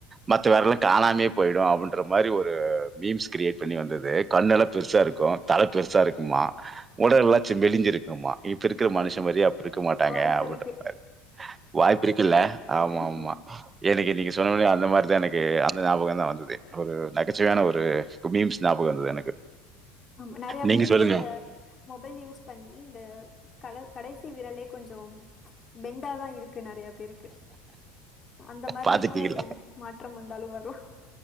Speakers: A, on the right (about 15°); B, on the left (about 20°).
A: மத்த வெரல்லா காணாமே பொய்டு அப்டின்ற மாரி ஒரு மீம்ஸ் கிரியேட் பண்ணி வந்துது கண்ணெல பெருசா இருக்கு தல பெருசா இருக்குமா உடல் எல்லா ச்ம் மெளிஞ்சிருக்குமா இப்போ இருக்ற மனுஷ மாரியே அப்ப இருக்க மாட்டாங்க
B: வாய்ப்பு
A: அப்டின்ற
B: இருக்கு,
A: மாரி வாய்ப்பு இருக்குல்ல ஆமா
B: ம்.
A: ஆமா எனக்கு நீங்க சொன்ன ஒனே அந்த மாதிரிதா எனக்கு அந்த ஞாபகதா வந்துது ஒரு நகைச்சுவையான ஒரு மீம்ஸ் ஞாபகோ வந்துது எனக்கு
B: ஆமா நறைய
A: நீங்க
B: பேருக்கு
A: சொல்லுங்க.
B: இந்த மொபைல் யூஸ் பண்ணி இந்த கட கடைசிவிரலே கொஞ்சோ பெண்டாதா இருக்கு நறைய பேருக்கு அந்த மாரி
A: பார்த்துட்டீங்களா?
B: இதுவு மாற்றம் வந்தாலு வரு